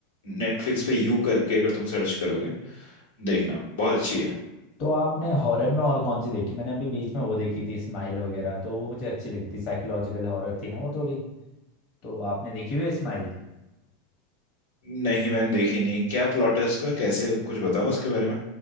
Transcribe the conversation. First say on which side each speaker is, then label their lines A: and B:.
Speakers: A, on the left; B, on the left.
A: नेटफ्लिक्स पे यू करके अगर तुम सर्च करोगे देखना बहुत अच्छी है
B: तो आपने हॉरर में और कौन सी देखी मैंने अभी बीच में वो देखी थी स्माइल वगैरह तो वो मुझे अच्छी लगी थी साइकोलॉजिकल हॉरर थी ना वो थोड़ी तो आपने देखी हुई है स्माइल?
A: नहीं मैंने देखी नहीं क्या प्लॉट है उसका कैसे कुछ बताओ उसके बारे में